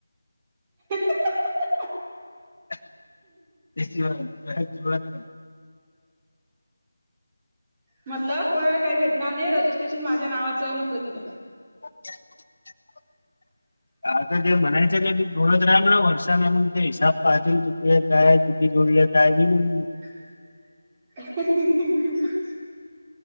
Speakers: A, on the right; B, on the left.
A: <inaudible>
B: <unintelligible>
A: म्हटलं कोणाला काही भेटणार नाही. रजिस्ट्रेशन माझ्या नावाचं आहे म्हटलं तिथं.
B: <inaudible>
A: <inaudible>
B: आता जे म्हणायच नाय ते <unintelligible> काय किती जोडले काय नई <unintelligible>
A: <inaudible>